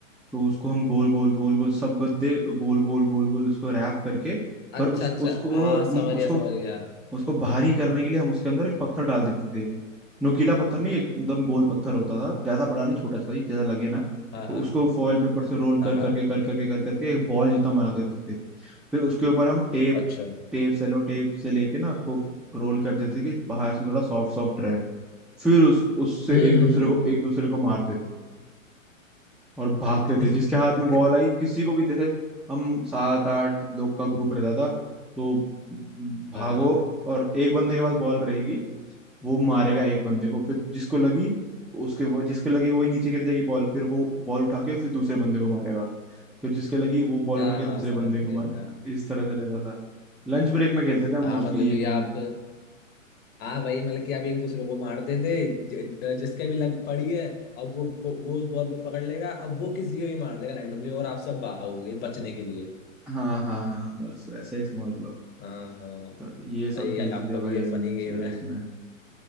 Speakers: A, in the centre; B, on the left.
A: तो उसको हम गोल गोल गोल गोल सब बदे गोल गोल गोल गोल उसको रैप करके पर
B: अच्छा
A: उस
B: अच्छा
A: उसको
B: हाँ
A: उम,
B: समझ
A: उसको
B: गया समझ गया
A: उसको भारी करने के लिए हम उसके अंदर एक पत्थर डाल देते थे नोकीला पत्थर नहीं एकदम गोल पत्थर होता था ज्यादा बड़ा नहीं छोटा सा ही ज्यादा लगे ना
B: हाँ
A: तो
B: हाँ
A: उसको फॉइल पेपर से रोल कर
B: हाँ हाँ
A: करके कर करके कर करके एक बॉल जितना बना देते थे फिर उसके ऊपर हम टेप
B: अच्छा
A: टेप सेलो टेप से लेके ना उसको रोल कर देते थे कि बाहर से थोड़ा सॉफ्ट सॉफ्ट रहे। फिर उस उससे
B: हम्म
A: एक दूसरे
B: हम्म
A: को
B: हम्म
A: एक दूसरे को मारते थे और भागते थे
B: हम्म।
A: जिसके हाथ में बॉल आई किसी को भी जैसे हम सात आठ लोग का ग्रुप रहता था तो भागो
B: <laughs> हाँ हाँ
A: और एक बंदे के पास बॉल रहेगी वो मारेगा एक बंदे को फिर जिसको लगी उसके वो जिसको लगी वही नीचे गिर जाएगी बॉल फिर वो बॉल उठा के फिर दूसरे बंदे को मारेगा फिर जिसके लगी वो बॉल
B: हाँ
A: उठा के
B: हाँ
A: दूसरे
B: समझ
A: बंदे
B: गया
A: को मारेगा इस तरह से रहता था लंच ब्रेक में खेलते थे हम
B: हाँ
A: मोस्टली
B: मतलब कि
A: ये गेम
B: आप हाँ वही मतलब कि आप एक दूसरे को मारते थे ज- जिसके भी लग पड़ी है अब वो वो वो उस बॉल को पकड़ लेगा अब वो किसी को भी मार देगा रैंडमली और आप सब भागोगे बचने के लिए
A: हाँ हाँ हाँ बस वैसा ही समझ लो
B: हाँ हाँ
A: तो ये सब
B: भाई
A: खेलते
B: आपका
A: थे भाई
B: भी ये
A: लंच
B: फनी गेम
A: ब्रेक
B: है
A: में